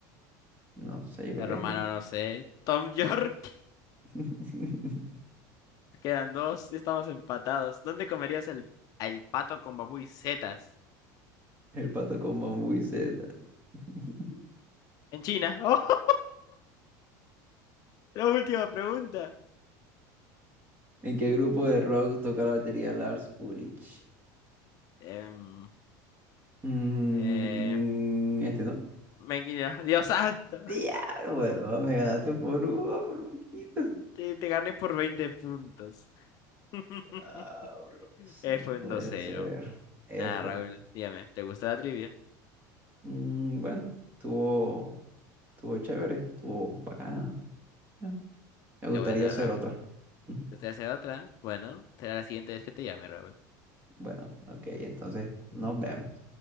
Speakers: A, on the right; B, on the left.
A: no sé, yo creo
B: Hermano,
A: que este.
B: no sé. Tom York. <laughs>
A: <laughs>
B: Quedan dos, ya estamos empatados. ¿Dónde comerías el, el pato con babú y setas?
A: El pato con bambú y setas. <laughs>
B: En China. <laughs> ¡Oh! La última pregunta.
A: ¿En qué grupo de rock toca la batería Lars Ulrich?
B: Em,
A: Mm,
B: eh,
A: este no.
B: me guiño. Dios santo.
A: Diablo, huevón, me ganaste por uno, por poquito.
B: Te, te gané por 20 puntos. <laughs>
A: Diablos,
B: Eh,
A: no
B: fue
A: puede
B: un 2-0.
A: ser. F.
B: Nada, Raúl, dígame, ¿te gusta la trivia?
A: Mm, bueno, estuvo, estuvo chévere, estuvo bacana. Bueno, me gustaría
B: Qué bueno,
A: hacer
B: Raúl.
A: otra. <laughs>
B: ¿Usted hace otra? Bueno, será la siguiente vez que te llame, Raúl.
A: Bueno, ok, entonces nos vemos.